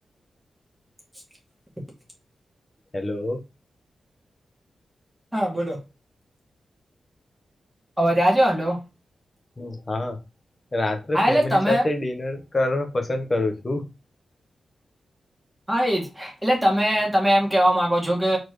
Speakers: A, in the centre; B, on the left.
A: <inaudible>
B: હેલોલો
A: હા બોલોલો અવાજ આજો હલો
B: હમ હા હા રાત્રે
A: હા
B: ફેમિલી
A: એટલે તમે
B: સાથે ડિનર કર પસંદ કરું છું
A: જ એટલે તમે તમે એમ કેવા માંગો છો કે